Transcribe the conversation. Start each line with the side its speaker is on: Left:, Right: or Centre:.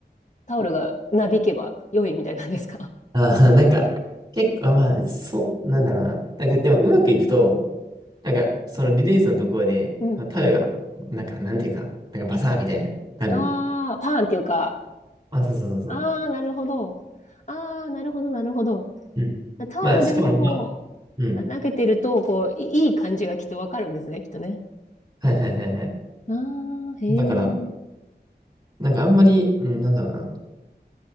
Left: タオルがなびけば良いみたいなんですか
Right: ああ、なんか、結構、あ、まあ、そう、なんだろうな。なんかでもうまくいくと、なんかそのリリースのところで、
Left: うん。
Right: タウが、なんか、なんていうか、なんかバサーみたいな、なる。
Left: ああ、パーンっていうか、
Right: あ、そうそうそうそう。
Left: ああ、なるほど。ああ、なるほど、なるほど。
Right: うん。
Left: タオルでも
Right: まあ、しかも、まあ、うん。
Left: な投げてると、こう、いいい感じがきっとわかるんですね、きっとね。
Right: はいはいはいはい。
Left: ああ、へえ。
Right: だから、なんかあんまり、うん、なんだろうな。